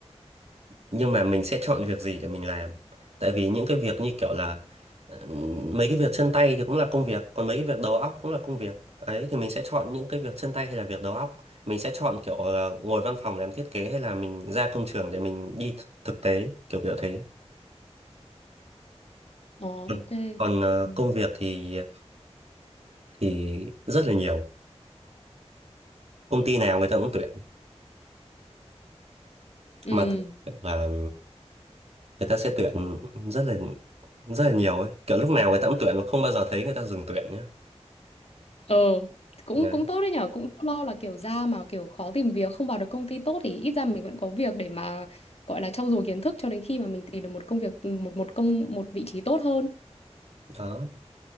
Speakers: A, on the right (about 65°); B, on the left (about 65°).
A: nhưng mà mình sẽ chọn việc gì để mình làm tại vì những cái việc như kiểu là ờ, mấy cái việc chân tay thì cũng là công việc còn mấy cái việc đầu óc cũng là công việc ấy thì mình sẽ chọn những cái việc chân tay hay là việc đầu óc mình sẽ chọn kiểu là ngồi văn phòng làm thiết kế hay là mình ra công trường để mình đi th- thực tế kiểu kiểu thế
B: Ờ ok.
A: Ừ. còn ờ,
B: Ừ.
A: công việc thì thì rất là nhiều công ty nào người ta cũng tuyển
B: Ừ.
A: mà tuyển là người ta sẽ tuyển rất là rất là nhiều ấy kiểu lúc nào người ta cũng tuyển mà không bao giờ thấy người ta dừng tuyển nhé
B: Ờ cũng
A: đấy
B: cũng tốt đấy nhở cũng lo là kiểu ra mà kiểu khó tìm việc không vào được công ty tốt thì ít ra mình vẫn có việc để mà gọi là trau dồi kiến thức cho đến khi mà mình tìm được một công việc một một công một vị trí tốt hơn.
A: đó